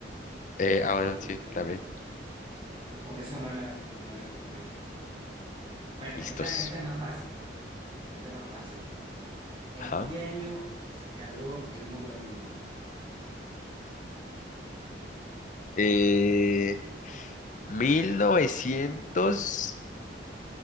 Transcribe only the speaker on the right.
tristemente.
Por eso no la, no no la conté. Bueno,
esta, esta es más fácil. Esta es más fácil. ¿En
qué año se cayó el muro de Berlín?